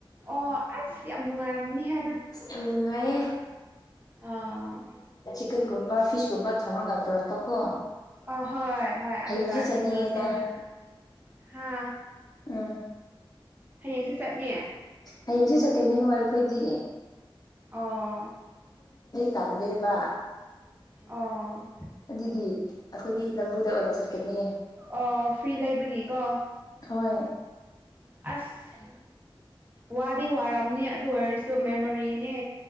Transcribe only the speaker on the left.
ꯑꯁ ꯌꯥꯝ ꯅꯨꯡꯉꯥꯏꯌꯦ
ꯆꯤꯛꯒꯟꯒꯨꯝꯕ ꯐꯤꯁꯒꯨꯝꯕ ꯊꫭꯡꯉ꯭ꯔꯒ ꯄꯨꯔꯛꯄꯀꯣ
ꯍꯌꯦꯡꯁꯤ ꯆꯠꯅꯤꯡꯉꯦꯗ
ꯎꯝ
ꯍꯌꯦꯡꯁꯦ ꯆꯠꯀꯅꯤ ꯍꯣꯏ ꯑꯈꫭꯏꯗꯤꯌꯦ
ꯇꯥꯝꯗꯦꯕ
ꯑꯗꯨꯒꯤ ꯑꯈꯣꯏꯒꯤ ꯂꯕꯨꯛꯗ ꯑꫭꯏ ꯀꯅꯤ
ꯍꯣꯏ